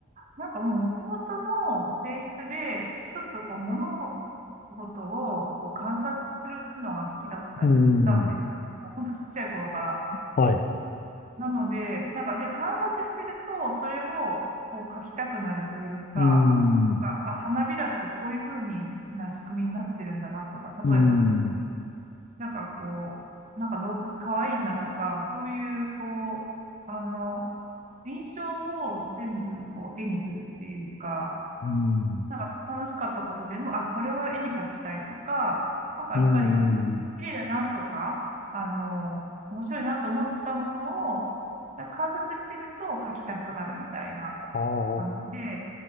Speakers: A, on the right; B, on the left.
A: う、なんかもう元々の性質で、ちょっとこう、物事をこう観察するのが好きだったりしたんで、
B: うん。
A: もうほんとちっちゃい頃から。
B: はい。
A: なので、なんかで、観察してると、それをこう描きたくなるというか、
B: うん。
A: あ、あ花びらってこういう風にな仕組みになってるんだなとか、
B: うん。
A: 例えばですなんかこう、なんか動物かわいいなとか、そういう、こう、あの、印象を全部こう絵にするっていうか、
B: うん。
A: なんか楽しかったことでも、あ、これを絵に描きたいとか、なんかやっぱり
B: うん。
A: 綺麗だなとか、あの、面白いなと思ったものを、なんか観察してると描きたくなるみたいな。
B: ああ。
A: 感じで、